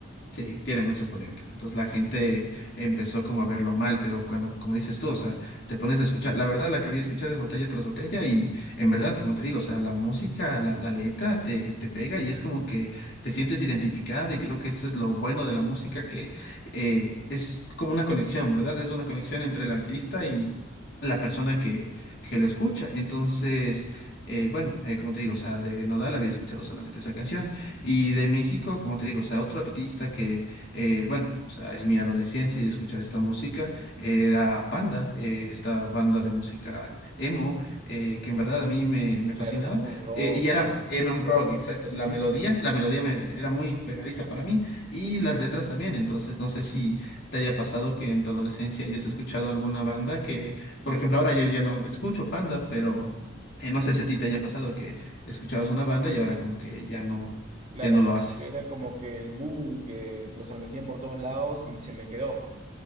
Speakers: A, on the left (about 50°); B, on the right (about 30°).
A: Sí, tiene muchas polémicas. Entonces la gente empezó como a verlo mal, pero cuando, como dices tú, o sea, te pones a escuchar, la verdad la que había escuchar es botella tras botella y en verdad, como te digo, o sea, la música, la, la letra te, te pega y es como que te sientes identificado y creo que eso es lo bueno de la música, que eh, es como una conexión, ¿verdad? Es una conexión entre el artista y la persona que, que lo escucha. Entonces, eh, bueno, eh, como te digo, o sea, de Nodal había escuchado solamente esa canción. Y de México, como te digo, o sea, otro artista que, eh, bueno, o sea, en mi adolescencia yo escuchaba esta música, era Panda, eh, esta banda de música emo, eh, que en verdad a mí me, me
B: Claro,
A: fascinaba.
B: es como un rock,
A: Eh, y era,
B: sí.
A: era un rock, exacto.
B: Ujú.
A: La melodía, la melodía me- era muy pegadiza para mí y las letras también. Entonces, no sé si te haya pasado que en tu adolescencia hayas escuchado alguna banda que, por ejemplo, ahora yo ya no escucho Panda, pero... eh, no sé si a ti te haya pasado que escuchabas una banda y ahora como que ya no,
B: Claro,
A: ya no
B: claro,
A: lo haces.
B: que era como que el boom que los transmitían por todos lados y se me quedó.